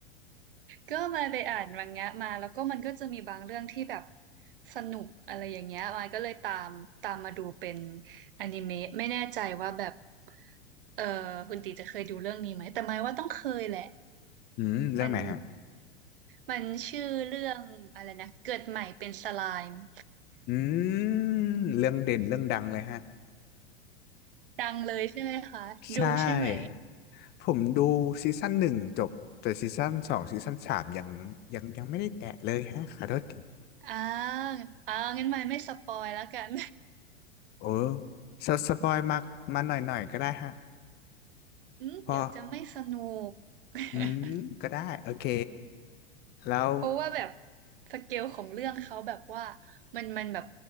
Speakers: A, on the right; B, on the left.
A: ก็มาไปอ่านมังงะมาแล้วก็มันก็จะมีบางเรื่องที่แบบสนุกอะไรอย่างเงี้ยมายก็เลยตามตามมาดูเป็นอนิเมะไม่แน่ใจว่าแบบ เออคุณตีจะเคยดูเรื่องนี้ไหมแต่หมายว่าต้องเคยแหละ
B: อืมเรื่องไหนฮะ
A: มันมันชื่อเรื่องอะไรนะเกิดใหม่เป็นสไลม์
B: อืมเรื่องเด่นเรื่องดังเลยฮะ
A: ดังเลยใช่ไหมคะดูใช่ไหม
B: ใช่ผมดูซีซั่นหนึ่งจบแต่ซีซั่นสองซีซั่นสามยังยังยังไม่ได้แตะเลยฮะขอโทษที
A: อ่าอ่างั้นหมายไม่สปอยแล้วกัน
B: <laughs> โอ้สสปอยมามาหน่อยหน่อยก็ได้ฮะ
A: <laughs> อืมเดี๋ยวจะไม่สนุก
B: เพอ
A: <laughs>
B: อืมก็ได้โอเคแล้ว
A: เพราะว่าแบบสเกลของเรื่องเขาแบบว่ามันมันแบบ